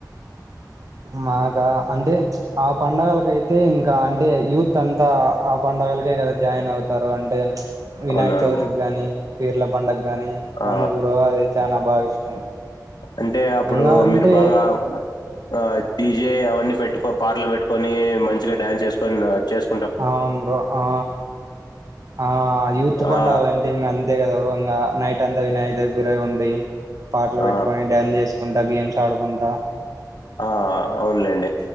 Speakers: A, on the right; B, on the left.
A: మాగా అంటే ఆ పండగలక అయితే ఇంకా అంటే యూత్ అంతా పండుగలకే కదా జాయిన్ అవుతారు అంటే వినాయక
B: అవునవునులే
A: చవితికి కానీ పీర్ల పండుగ కానీ
B: ఆ
A: అందుకర అది చాల బాగా ఇష్టం
B: అంటే అప్పుడు
A: ఇంగా అంటే
B: మీరు బాగా, ఆ ఈ ఏ అవన్నీ పెట్టుకో, పాటలు పెట్టుకొని, మంచిగా డాన్స్ చేసుకొని చేసు
A: అ అవును బ్రో. ఆ ఆ ఆ యూత్ పండగలు
B: ఆ
A: అంటే, ఇంక అంతే కదా బ్రో! ఇంగ నైట్ అంతా వినాయక దగ్గరే ఉండి, పాటలు
B: ఆ
A: పెట్టుకొని, డ్యాన్స్ చేసుకున్ ట గేమ్స్ ఆడుకుంటా,
B: ఆ అవునులేండి.